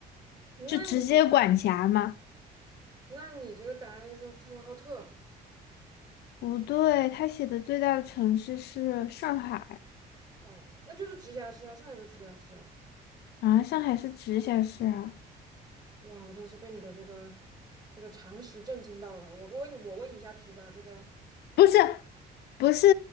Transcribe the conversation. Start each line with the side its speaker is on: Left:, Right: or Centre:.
Right: 那你
Left: 就直接管辖吗？
Right: 那你这个答案是呼和浩特
Left: 不对，他写的最大的城市是上海
Right: 哦，那就是直辖市啊，上海的直辖市啊。
Left: 啊，上海是直辖市啊。
Right: 哇，我真是被你的这个这个常识震惊到了。我我问你，我问一下题吧，这个
Left: 不是。不是，